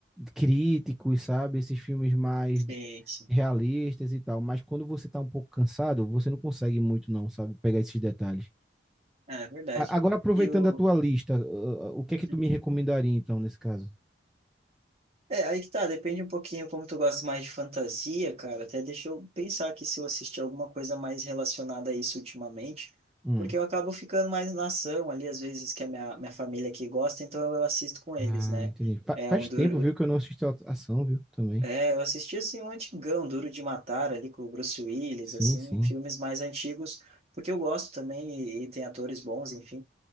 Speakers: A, in the centre; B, on the right.
A: críticos, sabe? Esses filmes mais
B: Sim, sim.
A: realistas e tal. Mas quando você tá um pouco cansado, você não consegue muito, não, sabe? Pegar esses detalhes.
B: Ah, é verdade.
A: A- Agora, aproveitando
B: E o.
A: a tua lista, ah, o que é
B: Uhum.
A: que tu me recomendaria, então, nesse caso?
B: É, aí que tá, depende um pouquinho como tu gosta mais de fantasia, cara. Até deixa eu pensar aqui se eu assisti alguma coisa mais relacionada a isso ultimamente,
A: Hum.
B: porque eu acabo ficando mais na ação ali, às vezes que a minha, minha família aqui gosta, então eu assisto com eles,
A: Ah,
B: né?
A: entendi. Fa-
B: É
A: faz
B: um duro.
A: tempo, viu, que eu não assisto a ação, viu? Também.
B: É, eu assisti assim um antigão, Duro de Matar ali com o Bruce Willis,
A: Sim,
B: assim,
A: sim.
B: filmes mais antigos, porque eu gosto também e, e tem atores bons, enfim.